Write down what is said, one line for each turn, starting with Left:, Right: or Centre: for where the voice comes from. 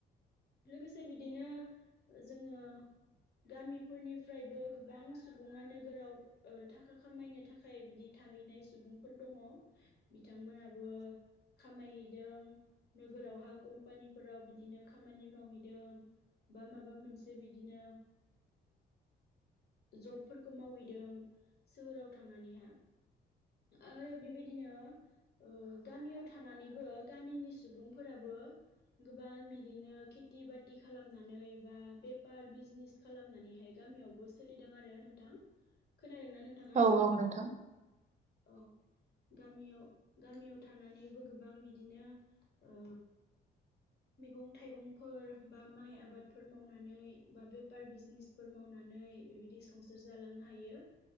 Left: लोगोसे बिदिनो जोङो गामिफोरनिफ्रायबो गोबां सुबुङा नोगोराव ओ थाखा खामायनो थाखाय बिदि थाहैनाय सुबुंफोर दङ बिथांमोनाबो खामायहैदों नोगोरावहा कम्पानिफोराव बिदिनो खामानि मावहैदों बा माबा मोनसे बिदिनो जबफोरखौ मावहैदों सोहोराव थांनानैहा आरो बेबायदिनो ओ गामियाव थानानैबो गामिनि सुबुंफोराबो गोबां बिदिनो खेथि बाथि खालाम नानै बा बेफार बिजनेस खालामनानैहाय गामियावबो सोलिदों आरो नोंथां खोनादोंना नोंथाङा
Right: औ औ नोंथां
Left: औ गामियाव गामियाव थानानैबो गोबां बिदिनो ओ मैगं थाइगंफोर बा माइ आबा बादफोर मावनानै बा बेफार बिजनेसफोर मावनानै बिबायदि संसार जालांनो हायो